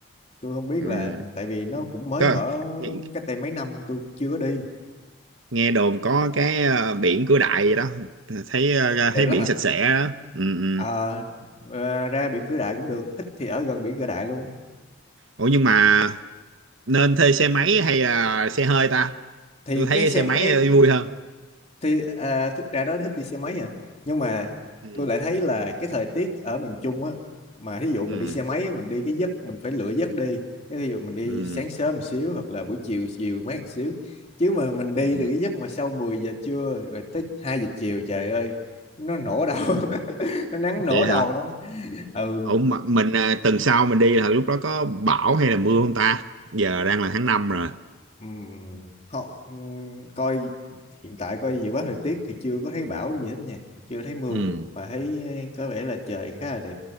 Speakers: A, on the left (about 35°); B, on the right (about 70°).
A: tôi không biết
B: ừ.
A: là tại vì nó cũng mới
B: Có,
A: mở
B: nghe,
A: cách đây mấy năm tôi chưa có đi
B: nghe đồn có cái ờ, biển Cửa Đại gì đó thấy ờ,
A: đẹp
B: thấy
A: lắm
B: biển
A: à
B: sạch sẽ đó ừ, ừ.
A: Ờ, ờ, ra biển Cửa Đại cũng được thích thì ở gần biển Cửa Đại luôn
B: Ủa nhưng mà nên thuê xe máy hay là xe hơi ta
A: thì
B: tôi thấy
A: cái xe
B: xe máy
A: cái
B: ờ, vui hơn
A: thì à, thích ra đó thích đi xe máy à nhưng mà
B: ừ,
A: tôi lại thấy là cái thời tiết ở miền Trung á mà thí dụ mình
B: ừ,
A: đi xe máy mình đi cái giấc mình phải lựa giấc đi cái ví dụ mình đi
B: ừ,
A: sáng sớm một xíu hoặc là buổi chiều chiều mát xíu chứ mà mình đi
B: ừ.
A: từ cái giấc mà sau 10 giờ trưa rồi tới 2 giờ chiều trời ơi nó nổ đầu <laughs> nó nắng
B: vậy
A: nổ đầu
B: hả
A: luôn á ừ
B: Ủa mà mình à, tuần sau mình đi là lúc đó có bão hay là mưa không ta giờ đang là tháng năm rồi
A: Ừm, họ ừm, coi hiện tại coi dự báo thời tiết thì chưa có thấy bão gì hết nha chưa thấy mưa
B: ừ.
A: mà thấy eh, có vẻ là trời khá là đẹp